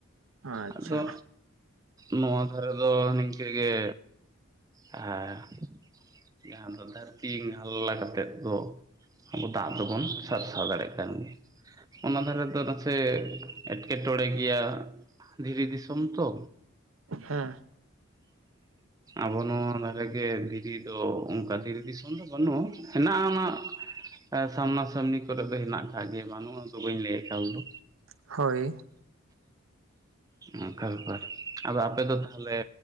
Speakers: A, on the right; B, on the right.
A: ᱟᱪᱪᱷᱟ᱾
B: ᱟᱫᱚ ᱱᱚᱣᱟ ᱫᱷᱟᱨᱮ ᱫᱚ ᱱᱤᱝᱠᱟᱹ ᱜᱮ ᱦᱮᱸ᱾ ᱡᱟᱦᱟᱸ ᱫᱚ ᱫᱷᱟᱹᱨᱛᱤ ᱦᱟᱞᱞᱟ ᱠᱟᱛᱮᱫ ᱫᱚ ᱫᱟᱜ ᱫᱚᱵᱚᱱ ᱥᱟᱨᱥᱟᱣ ᱫᱟᱲᱮᱭᱟᱜ ᱠᱟᱱ ᱜᱮᱭᱟ᱾ ᱚᱱᱟ ᱫᱷᱟᱨᱮ ᱫᱚ ᱱᱟᱥᱮ ᱮᱸᱴᱠᱮᱴᱚᱬᱮ ᱜᱮᱭᱟ ᱫᱷᱤᱨᱤ ᱫᱤᱥᱚᱢ ᱛᱚ᱾
A: ᱦᱮᱸ
B: ᱟᱵᱚ ᱱᱚᱣᱟ ᱫᱷᱟᱨᱮᱜᱮ ᱫᱷᱤᱨᱤ ᱫᱚ᱾ ᱚᱱᱠᱟ ᱫᱤᱨᱤ ᱫᱤᱥᱚᱢ ᱫᱚ ᱵᱟᱹᱱᱩᱜᱼᱟ᱾ ᱦᱮᱱᱟᱜᱼᱟ ᱚᱱᱟ ᱟᱸ ᱥᱟᱢᱱᱟ ᱥᱟᱢᱱᱤ ᱠᱚᱨᱮᱜ ᱫᱚ ᱦᱮᱱᱟᱜ ᱟᱠᱟᱫ ᱜᱮᱭᱟ ᱵᱟᱝᱩᱜ-ᱟ᱾ ᱫᱚ ᱵᱟᱹᱧ ᱞᱟᱹᱭ ᱮᱠᱟᱞ ᱫᱚ
A: <unintelligible>
B: ᱚᱱᱠᱟ ᱵᱮᱯᱟᱨ ᱟᱫᱚ ᱟᱯᱮ ᱫᱚ ᱛᱟᱦᱚᱞᱮ